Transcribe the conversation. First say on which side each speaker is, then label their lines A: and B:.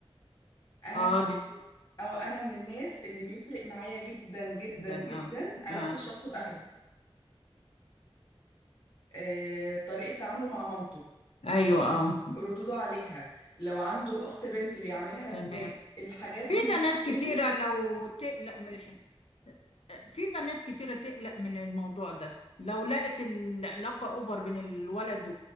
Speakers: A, on the left; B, on the left.
A: أنا
B: آه دي-
A: أو أنا من الناس اللي بيفرق معايا جدا جدا
B: جدا
A: جدا
B: آه
A: علاقة
B: آه
A: الشخص بأهله آه، طريقة تعامله مع مامته
B: أيوه آه
A: ردوده عليها لو عنده أخت بنت بيعاملها
B: تمام
A: ازاي الحاجات دي
B: في
A: بالنسبة
B: بنات كتيرة
A: لي
B: لو تقلق من الحاجة في بنات كتيرة تقلق من الموضوع ده لو لقت العلاقة أوفر بين الولد